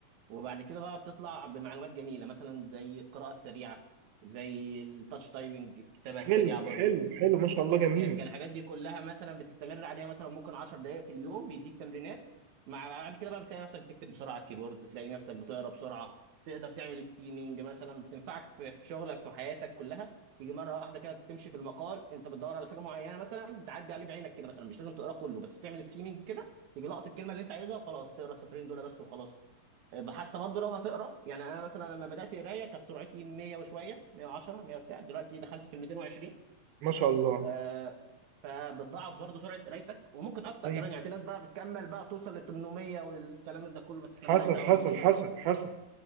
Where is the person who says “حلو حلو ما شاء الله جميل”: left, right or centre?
Right